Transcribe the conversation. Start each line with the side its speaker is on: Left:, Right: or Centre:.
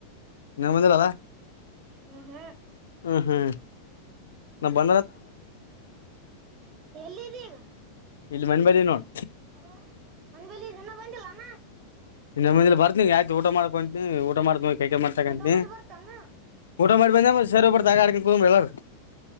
Left: ಹ್ಮ ಮಂದರ ಅಲ್ಲ
Right: ಹ ಹಾ
Left: ಹ್ಮ್ ಹ್ಮ್ ನಾ ಬ
Right: ಎಲ್ಲಿದ ಈಗ
Left: ಇಮನ್ಂಬಲ ನೋಡ್
Right: ಅ <inaudible> ನಂದ್ ಬಳಿ ಜನ ಬಂದಿಲ್ಲಣ
Left: ಇನ್ನಮ್ಮಂದ ಬ ಯಯ್ ಊಟ ಮಾಡ ಕೊಂ <inaudible> ಮಾಡತ ಕೈಕ ಮಾಡ್ತಕಂತ
Right: ಊಟ ಮಾಡಿ ಬರ್ತಾನ
Left: ಊಟ ಮಾಡಿ ಬಂದ ಸರ್ ಒಬ್ಬರ್ ತಾಗ ಆಡ್ಕೊಂಡ ತ ಹೇಳರ್